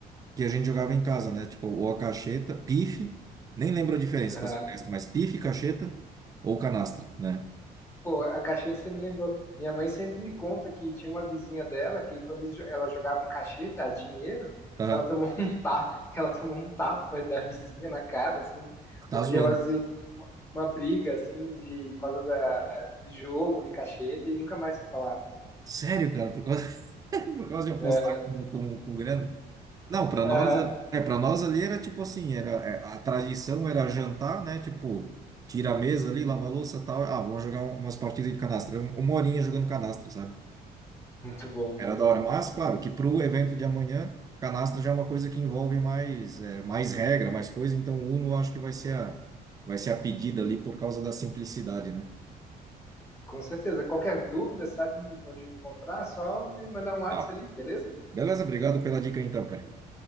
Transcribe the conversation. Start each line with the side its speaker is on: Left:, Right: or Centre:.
Right: que a gente jogava em casa, né? Tipo, ou a cacheta, pife, nem lembro a diferença,
Left: aham.
Right: para ser honesto, mas pife, cacheta ou canastra, né?
Left: Pô, a cacheta você me lembrou. Minha mãe sempre me conta que tinha uma vizinha dela que quando eles jo- ela jogava um cacheta, a dinheiro,
Right: Tá,
Left: que ela tomou <laughs> um tapa, ela tomou um tapa da vizinha na cara, assim,
Right: tá
Left: porque
Right: zoando.
Left: elas em- uma briga assim de por causa da de jogo de cacheta e nunca mais se falaram.
Right: Sério, cara, por causa, <laughs> por causa de apostar
Left: Aham,
Right: com, com, com grana? Não, para
Left: aham.
Right: nós, é, para nós ali era tipo assim, era é, a tradição era jantar, né? Tipo, tira a mesa ali, lava a louça, tal, ah, vamos jogar um- umas partidas de canastra, um- uma horinha jogando canastra, sabe?
Left: Muito bom, muito
Right: Era da
Left: bom.
Right: hora, mas claro que pro evento de amanhã, canastra já é uma coisa que envolve mais é, mais regra, mais coisa, então o Uno eu acho que vai ser a vai ser a pedida ali por causa da simplicidade, né?
Left: Com certeza. Qualquer dúvida, sabe onde me encontrar? Só me mandar um WhatsApp
Right: Tá.
Left: ali, beleza?
Right: Beleza, obrigado pela dica então, cara.